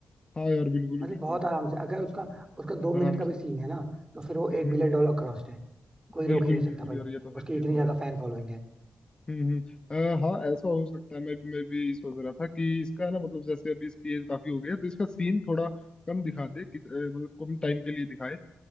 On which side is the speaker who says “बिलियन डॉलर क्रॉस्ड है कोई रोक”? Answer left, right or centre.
Right